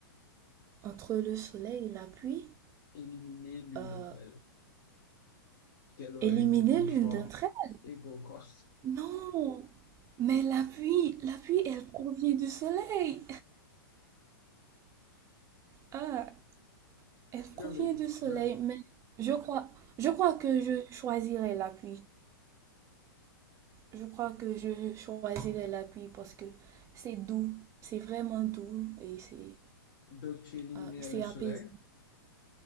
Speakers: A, on the right; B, on the left.
A: entre le soleil et la pluie.
B: éliminer l'une
A: Euh,
B: d'entre elles. Quel
A: éliminer
B: a été ton
A: l'une
B: choix
A: d'entre elles?
B: et pourquoi?
A: Non! Mais la pluie, la pluie, elle provient du soleil. Ah, elle provient
B: Non, mais
A: du soleil,
B: de-
A: mais je crois, je crois que je choisirais la pluie. Je crois que je choisirais l'appui parce que c'est doux, c'est vraiment doux et c'est
B: donc tu éliminais
A: euh, c'est
B: le soleil.
A: apaisant.